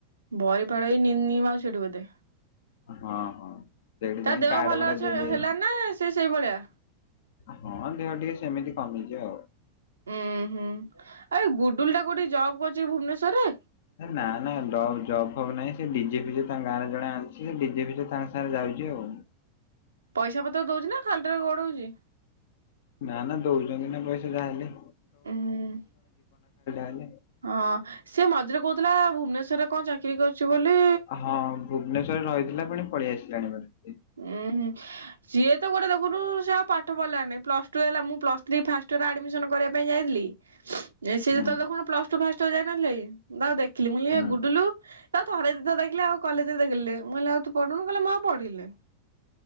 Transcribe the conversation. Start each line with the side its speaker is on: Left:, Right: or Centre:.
Right: ବରିପାଳ ଏଇ ନିନି ମାଉସୀ ଏଠି ବୋଧେ।
Left: ହଁ ହଁ। ସେଇଠି ଯାଇ
Right: ତା ଦେହ
Left: କାର୍ଡ
Right: ଭଲ
Left: ଗୁଡା
Right: ଅଛି
Left: ଦେଇଦେଇ
Right: ହେଲାଣିନା ସେ ସେଇ ଭଳିଆ।
Left: ହଁ ଦେହ ଟିକେ ସେମିତି କମିଚି ଆଉ।
Right: ଉୁଁ ହୁଁ ଆଉ ଗୁଡୁଲ ଟା କୋଉଠି ଜବ୍ କରୁଛି ଭୁବନେଶ୍ଵରରେ।
Left: ନା ନା ଡବ ଜବ୍ ହବ ନାହିଁ ସେ ବିଜେପି ଯେ ତାଙ୍କ ଗାଁ ରେ ଜଣେ ଅଛି। ସେ ଡିଜେପିରେ ତାଙ୍କ ସାଙ୍ଗରେ ଯାଉ <unintelligible>
Right: ପଇସା ପତ୍ର ଦଉଚି ନା ଖାଲିଟାରେ ଗୋଡଉଚି।
Left: ନା ନା ଦଉଚନ୍ତି ନା ପଇସା ଯା ହେଲେ।
Right: ଉଁ ହୁଁ
Left: ହେଲେ।
Right: ହଁ ସେ ମଝିରେ କହୁଥିଲା ଭୁବନେଶ୍ଵର କଣ ଚାକିରି କରୁଚି ବୋଲି।
Left: ହଁ ଭୁବନେଶ୍ବର ରେ ରହିଥିଲା ପୁଣି ପଳେଇ ଆସିଲାଣିବି।
Right: ଉୁଁ ହୁଁ ସିଏ ତ ଗୋଟେ ଦେଖୁନୁ ସେ ଆଉ ପାଠ ପଢିଲାନି। ପ୍ଲସ ଟୁ ହେଲା ମୁଁ plus three first year admission କରିବା ପାଇଁ ଯାଇଥିଲି। ସେ
Left: ହୁଁ
Right: ତ ଦେଖନୁ ପ୍ଲସ ଟୁ ଫାଷ୍ଟ ଇଅର ଯାଇନଥିଲାକି? ଆଉ ଦେଖିଲି ମୁଁ କକହିଲି
Left: ହୁଁ।
Right: ହେ ଗୁଡଲୁ ଆଉ ଥରେ ଦି ଥର ଦେଖିଲି। ଆଉ କଲେଜରେ ଲେ ମୁଁ କହିଲି ଆଉ ତୁ ପଢୁନୁ କହିଲା ମୁଁ ଆଉ ପଢିଲିନି।